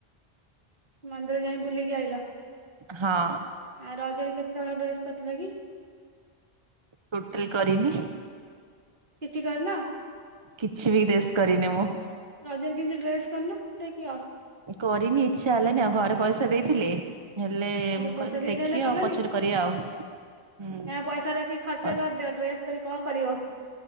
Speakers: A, on the right; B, on the right.
A: ମନ୍ଦିର ଯାଇ ବୁଲିକି ଆଇିଲ
B: ହଁ
A: ଆ ରଜରେ କେତେ ହଲ ଡ୍ରେସ୍ କରିଥିଲା କି?
B: ଟୋଟିଲି କରିନି।
A: କିଛି କରିନ?
B: କିଛି ବି ରେସ୍ କରିନି ମୁଁ।
A: ରଜରେ କେମିତି ଡ୍ରେସ୍ କରନ ଯକି ଅ
B: କରିନି ଇଚ୍ଛା ହେଲାନି ଆଉ ଘରେ ପଇସା ଦେଇଥିଲେ ହେଲେ
A: ଘରେ
B: ମୁଁ
A: ପଇସା
B: କହିଲି
A: ଦେଇଥିଲେ
B: ଦେଖି
A: ହେଲେ କଲନି
B: ଆଉ ପଛରେ କରିବା ଆଉ। ହୁଁ
A: ଏହା ପଇସା ରଖି ଖର୍ଚ୍ଚ
B: ହଁ
A: କରିଦିଅ ଡ୍ରେସ କରି କଣ କରିବ